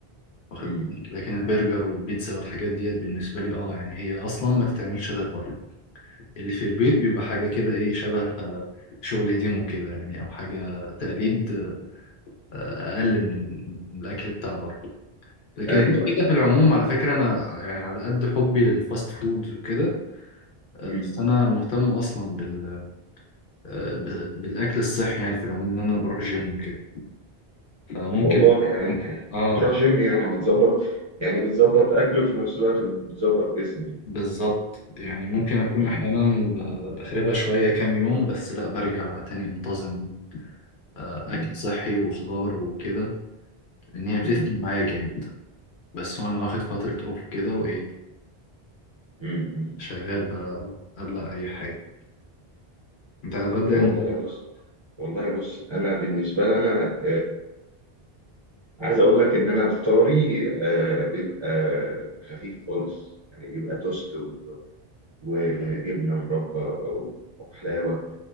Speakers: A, on the left; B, on the right.
A: واخد
B: مم.
A: بالك؟ لكن البرجر والبيتزا والحاجات ديت بالنسبة لي اه يعني هي أصلا ما تتعملش غير بره اللي في البيت بيبقى حاجة كده إيه شبه آه، شغل ديمو كده يعني أو حاجة تقليد آه، أقل من من الأكل بتاع بره لكن
B: أيوه
A: غير كده
B: أيوه
A: في العموم على فكرة أنا يعني على قد حبي للفاست فود وكده آه،
B: مم.
A: بس أنا مهتم أصلا بال آه، ب- بالأكل الصحي يعني في العموم إن أنا بروح جيم وكده فممكن
B: والله يعني أنت
A: آه
B: بتروح جيم يعني بتظبط يعني بتظبط أكل وفي نفس الوقت بتظبط جسمي
A: بالظبط يعني ممكن أكون
B: مم.
A: أحيانا ب- بخربها شوية كام يوم بس لأ برجع تاني منتظم آه،
B: مم.
A: أكل صحي وخضار وكده لأن هي بتفرق
B: مم.
A: معايا جامد بس هو أنا واخد فترة أوف كده وإيه
B: مم. مم.
A: شغال بقى أبلع أي حاجة أنت هتتغدى
B: والله
A: يعني
B: بص والله بص أنا بالنسبة لنا عايز اقول لك ان انا فطاري آه، بيبقى خفيف خالص يعني بيبقى توست و- وجبنه مربى او أو حلاوه